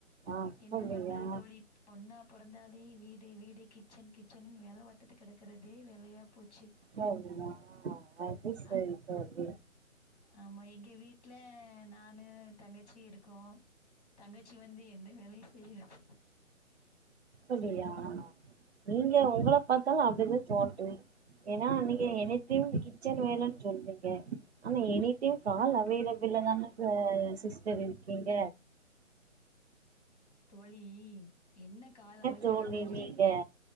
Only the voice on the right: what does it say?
அப்படியா
<unintelligible> ஆ அது சேரி
தோழி
அப்டியா ஆமா நீங்க உங்கள பாத்தாலு அப்டிதா தோணுது ஏன்னா நீங்க எனிடைம் கிச்சன் வேலன்னு சொல்ரிங்க ஆனா எனிடைம் கால் அவையலபிள் தான சிஸ்டர் இருக்கீங்க
தோழி
நீங்க